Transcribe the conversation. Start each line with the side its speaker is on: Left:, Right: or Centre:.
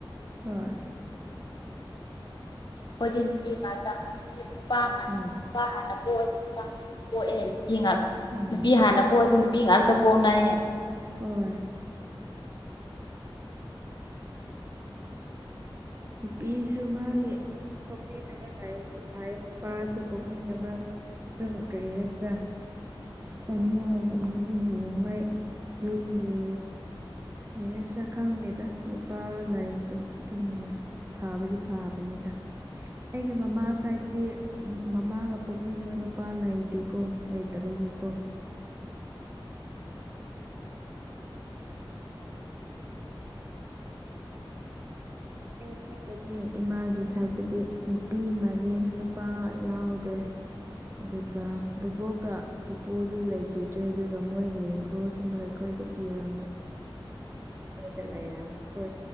Right: ꯍꯣꯏ
Left: ꯑꯩꯈꯣꯏꯗꯤ ꯅꯨꯄꯤ ꯉꯥꯛꯇ ꯍꯧꯖꯤꯛꯇꯤ ꯅꯨꯄꯥ
Right: ꯍꯣꯏ
Left: ꯅꯨꯄꯥ ꯍꯥꯟꯅꯕ ꯄꯣꯛꯑꯗꯤ ꯅꯨꯄꯥ ꯉꯥꯛ ꯄꯣꯛꯑꯦ ꯅꯨꯄꯤ ꯉꯥꯛ
Right: ꯎꯝ
Left: ꯅꯨꯄꯤ ꯍꯥꯟꯅ ꯄꯣꯛꯑꯗꯤ ꯅꯨꯄꯤ ꯉꯥꯛꯇ ꯄꯣꯛꯅꯩꯌꯦ
Right: ꯍꯣꯢ ꯅꯨꯄꯤꯁꯨ ꯃꯥꯒꯤ ꯄꯣꯛꯃꯤꯟꯅꯕ ꯂꯥꯏꯕꯛꯐꯥꯏꯌꯦ ꯅꯨꯄꯥꯁꯨ ꯄꯣꯛꯃꯤꯟꯅꯕ ꯑꯗꯨꯝ ꯀꯔꯤ ꯍꯥꯏꯁꯤꯔꯥ <unintelligible> ꯃꯣꯏ ꯌꯨꯝꯒꯤ ꯀꯔꯤ ꯍꯥꯢꯁꯤꯔꯥ ꯈꯪꯗꯦꯗ ꯅꯨꯄꯥ <unintelligible> ꯐꯥꯕꯗꯤ ꯐꯥꯕꯅꯤꯗ ꯑꯩꯒꯤ ꯃꯃꯥ ꯁꯥꯢꯗꯤ ꯃꯝ ꯃꯥꯒ ꯄꯣꯛꯃꯤꯟꯅꯕ ꯅꯨꯄꯥ ꯂꯩꯇꯦꯀꯣ ꯂꯩꯇꯕꯒꯤꯀꯣ ꯅꯨꯄꯤ ꯈ ꯉꯇꯅꯦ ꯏꯃꯥꯒꯤ ꯁꯥꯏꯗꯠꯇꯗꯤ ꯅꯨꯄꯤ ꯃꯔꯤ ꯅꯨꯄꯥ ꯌꯥꯎꯗꯦ ꯑꯗꯨꯒ ꯕꯕꯣꯛꯒ ꯄꯨꯄꯨꯗꯤ ꯂꯩꯈꯤꯗ꯭ꯔꯦ ꯑꯗꯨꯒ ꯃꯣꯏꯒꯤ ꯏꯪꯈꯣꯜꯁꯤꯡꯗꯣ ꯑꯩꯈꯣꯏꯗ ꯄꯤꯔꯝꯃꯦ ꯃꯣꯏꯗ ꯂꯩꯔꯝꯃꯤ ꯈꯣꯏ